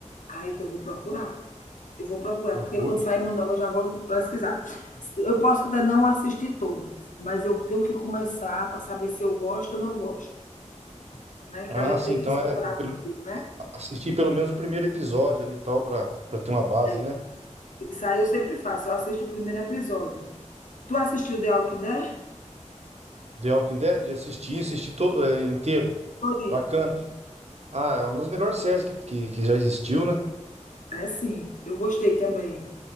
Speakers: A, on the left (about 85°); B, on the right (about 55°).
A: Ah, então eu vou procurar. Eu vou procurar,
B: Procura.
A: porque quando sair uma nova eu já vou pesquisar. Eu posso até não assistir todas, mas eu tenho que começar para saber se eu gosto ou não gosto, né? Que
B: Ah,
A: a gente
B: sim,
A: tem
B: então
A: que explorar
B: é. pe- Pelo,
A: primeiro, né?
B: assistir pelo menos o primeiro episódio ali e tal, pra, pra ter uma base,
A: É.
B: né?
A: Isso aí eu sempre faço, eu assisto o primeiro episódio. Tu assistiu The Walking Dead?
B: The Walking Dead, assisti, assisti to, é, inteiro.
A: Todinha.
B: Bacana, hein? Ah, é uma das melhores séries que, que, que já existiu, né?
A: É sim, eu gostei também.